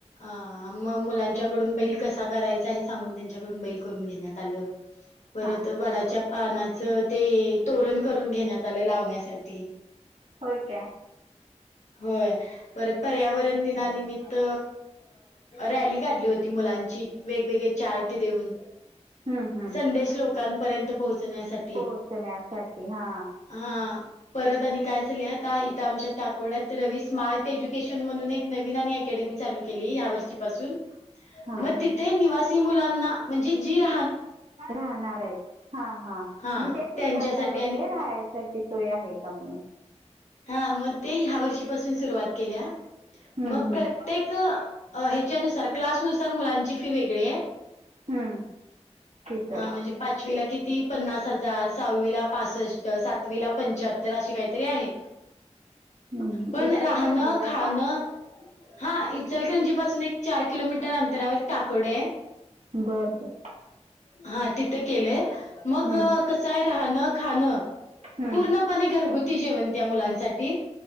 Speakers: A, on the left; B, on the right.
A: ह मग मुलांच्याकडून बैल कसा करायचा हे सांगून त्यांच्याकडून बैल करून घेण्यात आलं. परत
B: हा
A: वडाच्या. पानाच ते तोरण करून घेण्यात आलं लावण्यासाठी.
B: हो काय.
A: होय परत पर्यावरण दिनानिमित्त रॅली काढली होती मुला. वेगवेगळे चार्ट देऊन
B: हम्म
A: संदेश लोकांपर्यंत पोहोचण्यासाठी.
B: पोहचण्यासाठी हा.
A: हां. परत आणि काय चालय आता इथं आमच्या. ड्यात रवी स्मार्ट एज्युकेशन म्हणून एक नवीन आणि अकॅडमी चालू केली या वर्षीपासून.
B: हा
A: मग
B: म्हणजे
A: तिथे निवासी मुलांना म्हणजे जी रा.
B: राहणार आहेत हा हा
A: हां
B: मी तेच विचारणार
A: त्यांच्यासाठी
B: होते
A: आणि
B: राहायसाठी ती सोय आहे का म्हणून.
A: हा मग ते ह्या वर्षीपासून सुरुवात केल्या
B: हम्म,
A: मग प्रत्येक
B: हम्म.
A: अ ह्याच्यानुसार क्लासनुसार मुलांची फी वेगळी आहे.
B: हम्म. तिथं
A: हा म्हणजे पाचवीला किती. ती पन्नास हजार सहावीला पासष्टष्ट सातवी ला पंच्याहत्तर अशी काहीतरी आहे.
B: हम्म, हम्म.
A: पण
B: इचलकरंजीला
A: राहणं खाणं.
B: का
A: हा इचलगंजी पासून एक चार किलोमीटर अंतरावर टाकोड आहे.
B: बर बर.
A: हा तिथे केलेय. मग
B: हम्म,
A: कसय राहणं खाणं
B: हम्म.
A: पूर्णपणे घरगुती. कती जेवण त्या मुलांसाठी.